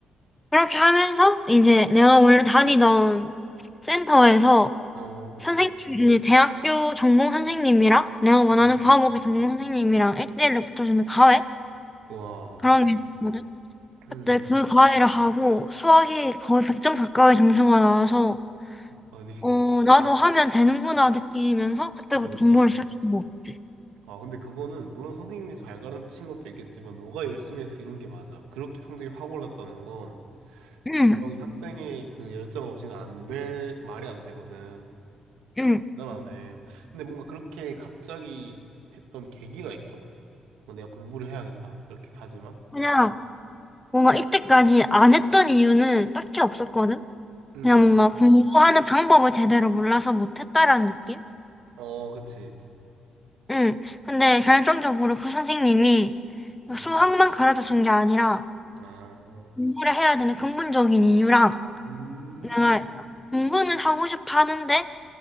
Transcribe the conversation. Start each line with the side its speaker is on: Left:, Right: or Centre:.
Left: 그렇게 하면서 이제 내가 원래 다니던 센터에서
Right: 어,
Left: 선생님이 대학교 전공 선생님이랑 내가 원하는
Right: 음.
Left: 과목의 전공 선생님이랑 1대1로 붙여주는 과외?
Right: 와,
Left: 그런 게 있었거든.
Right: 음,
Left: 그때 그 과외를 하고 수학이 거의 100점 가까이 점수가 나와서
Right: 아니,
Left: 어 나도 하면 되는구나 느끼면서 그때부터
Right: 그러니까.
Left: 공부를 시작했던 것 같아.
Right: 아, 근데 그거는 물론 선생님이 잘 가르친 것도 있겠지만 너가 열심히 해서 이룬 게 맞아. 그렇게 성적이 확 올랐다는 건
Left: 응,
Right: 분명히 학생의 그 열정 없이는 안 될 말이 안 되거든.
Left: 응.
Right: 대단하네. 근데 뭔가 그렇게 갑자기 했던 계기가 있어? 뭐 내가 공부를 해야겠다. 이렇게 다지만.
Left: 그냥 뭔가 이때까지 안 했던 이유는 딱히 없었거든.
Right: 응,
Left: 그냥 뭔가
Right: 응.
Left: 공부하는 방법을 제대로 몰라서 못했다라는 느낌?
Right: 어, 그치.
Left: 응. 근데 결정적으로 그 선생님이
Right: 응.
Left: 수학만 가르쳐 준 게 아니라
Right: 아,
Left: 공부를 해야 되는 근본적인 이유랑
Right: 음,
Left: 내가 공부는 하고 싶어 하는데